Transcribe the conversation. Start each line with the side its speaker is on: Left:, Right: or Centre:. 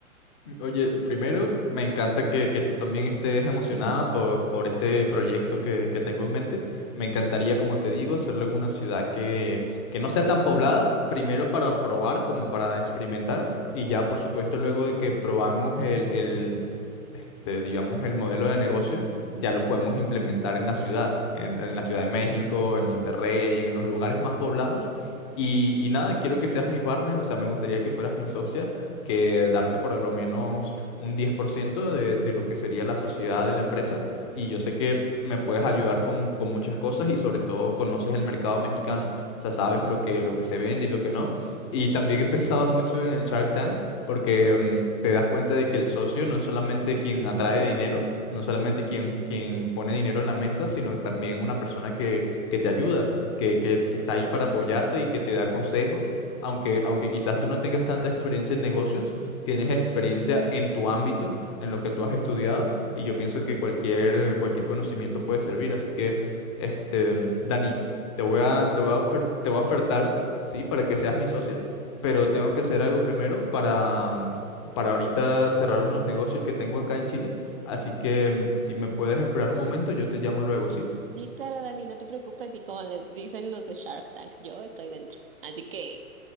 Left: Oye, primero me encanta que, que tú también estés emocionada por, por este proyecto que, que tengo en mente. Me encantaría, como te digo, hacerlo en una ciudad que, que no sea tan poblada, primero para probar, como para experimentar, y ya, por supuesto, luego de que probamos el, el, este, digamos, el modelo de negocio, ya lo podemos implementar en la ciudad, en, en la Ciudad de México, en Monterrey, en los lugares más poblados. Y, y nada, quiero que seas mi partner, o sea, me gustaría que fueras mi socia que darte por lo menos un 10% de, de lo que sería la sociedad de la empresa. Y yo sé que me puedes ayudar con, con muchas cosas y sobre todo conoces el mercado mexicano. O sea, sabes lo que, lo que se vende y lo que no. Y también he pensado mucho en el Shark Tank porque mm, te das cuenta de que el socio no es solamente quien atrae dinero, no solamente quien, quien pone dinero en la mesa, sino también una persona que, que te ayuda, que, que está ahí para apoyarte y que te da consejos aunque,
Right: Sí,
Left: aunque quizás tú no tengas tanta experiencia en negocios, tienes experiencia en tu ámbito, en lo que tú has estudiado, y yo pienso que cualquier, cualquier conocimiento puede servir. Así que, este, Dani, te voy a, te voy a ofer- te voy a ofertar, ¿sí? Para que seas mi socia, pero tengo que hacer algo primero para, mm, para ahorita cerrar unos negocios que tengo acá en Chile. Así que, mm, si me puedes esperar un momento, yo te llamo luego, ¿sí?
Right: Sí, claro, Dani, no te preocupes, y como les dicen los de Shark Tank, yo estoy dentro. Así que